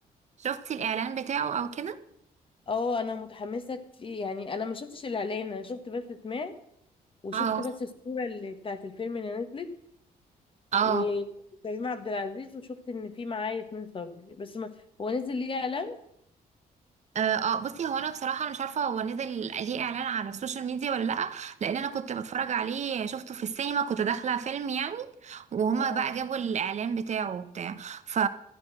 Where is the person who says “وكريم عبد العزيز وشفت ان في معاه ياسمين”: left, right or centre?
Left